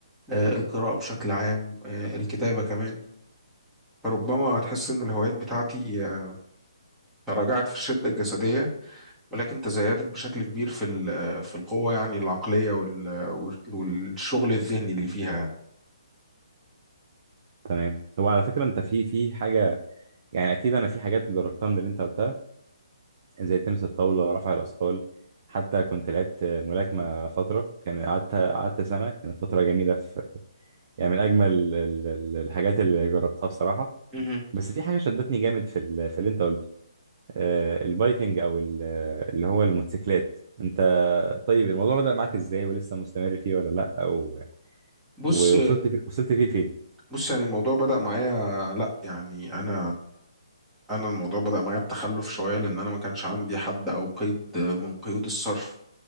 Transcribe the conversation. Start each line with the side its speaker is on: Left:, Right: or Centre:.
Centre: آه، القراءة بشكل عام آه، الكتابة كمان فربما تحس إن الهوايات بتاعتي آه، تراجعت في الشدة الجسدية ولكن تزايدت بشكل كبير في ال- آه، في القوة يعني العقلية وال- والشغل الذهني اللي فيها يعني
Right: تمام هو على فكرة انت في في حاجة يعني اكيد انا في حاجات جربتها من اللي انت قلتها زي تنس الطاولة رفع الاثقال حتى كنت لعبت ملاكمة فترة كان قعدت قعدت سنة كانت فترة جميلة في يعني من اجمل ال- ال- ال- الحاجات اللي جربتها بصراحة
Centre: مهم.
Right: بس في حاجة شدتني جامد في ال- في اللي انت قلته آه، البايكنج او ال- اللي هو الموتوسيكلات انت طيب الموضوع بدأ معاك ازاي ولسه مستمر فيه ولا لا او
Centre: بص
Right: ووصلت فيه- وصلت فيه لفين
Centre: بص يعني الموضوع بدأ معايا لا يعني انا انا الموضوع بدأ معايا بتخلف شوية لان انا ما كانش عندي حد او قيد من قيود الصرف